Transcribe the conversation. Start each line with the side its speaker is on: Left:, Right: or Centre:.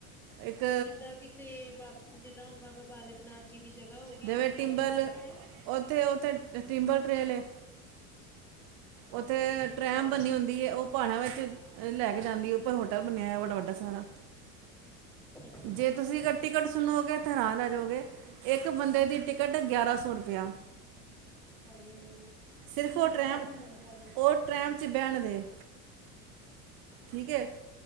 Right: ਇੱਕ
Centre: ਜਿੱਦਾਂ ਕਿਸੇ ਬਾਬ ਜਿੱਦਾਂ ਹੁਣ ਬਾਬਾ ਬਾਲਕ <inaudible> ਹੋ ਗਈ
Right: ਜਵੇ
Centre: ਏਦਾਂ
Right: ਟਿੰਬਲ
Centre: ਕੋਈ ਜਗ੍ਹਾ ਹੈ?
Right: ਓਥੇ ਉਓਥੇ ਟਿੰਬਲ ਟ੍ਰੇਲ ਏ ਉੱਥੇ
Centre: ਅੱਛਾ
Right: ਟ੍ਰੈਮ
Centre: ਜੀ।
Right: ਬਨੀ ਹੁੰਦੀ ਹੈ ਉਹ ਪਹਾੜਿਆਂ ਵਿੱਚ ਲੈ ਕੇ ਜਾਂਦੀ ਉੱਪਰ ਹੋਟਲ ਬਣਿਆ ਹੋਇ ਬੜਾ ਵੱਡਾ ਸਾਰਾ
Centre: ਅੱਛਾ
Right: ਜੇ
Centre: ਜੀ,
Right: ਤੁਸੀਂ ਟਿਕਟ ਸੁਣੋਗੇ ਤਾਂ ਹੈਰਾਨ ਰਹਜਾਊਗੇ ਇੱਕ ਬੰਦੇ ਦੀ ਟਿਕਟ ਗਿਆਰਾਂ ਸੌ ਰੁਪਇਆ
Centre: ਹਾਂਜੀ
Right: ਸਿਰਫ
Centre: ਕੀ
Right: ਉਹ ਟ੍ਰੈਮ
Centre: ਬੰਦਾ ਘੁੰਮਣ ਜਾਵੇ।
Right: ਉਹ ਟ੍ਰੈਮ ਚ ਬਹਿਣ ਦੇ ਠੀਕ ਹੈ